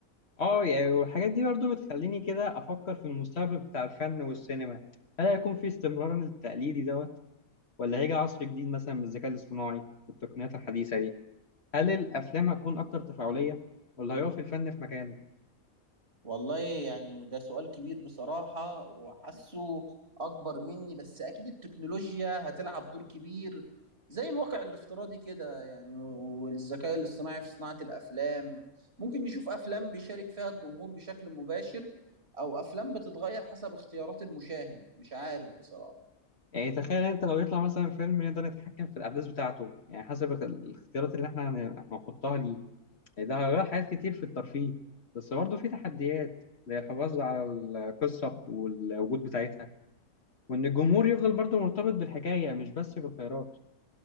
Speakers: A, on the left; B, on the right.
A: اه يعني والحاجات دي برضو بتخليني كده أفكر في المستقبل بتاع الفن والسينما هل هيكون في استمرار للتقليدي دوت ولا هيجي عصر جديد مثلا بالذكاء الاصطناعي والتقنيات الحديثة دي هل الافلام هتكون اكتر تفاعليه ولا هيقف الفن في مكانه
B: والله يعني ده سؤال كبير بصراحة وحاسه أكبر مني بس أكيد التكنولوجيا هتلعب دور كبير زي الواقع الافتراضي كده يعني والذكاء الاصطناعي في صناعة الأفلام ممكن نشوف أفلام بيشارك فيها الجمهور بشكل مباشر أو أفلام بتتغير حسب اختيارات المشاهد مش عارف بصراحة
A: يعني تخيل انت لو يطلع مثلا فيلم نقدر نتحكم في الاحداث بتاعته يعني حسب اخ- الاختيارات اللي احنا هن- هنحطها ليه يعني ده هيغير حاجات كتير في الترفيه بس برضه في تحديات زي الحفاظ على القصه والوجود بتاعتها وان الجمهور يفضل برضه مرتبط بالحكايه مش بس بالخيارات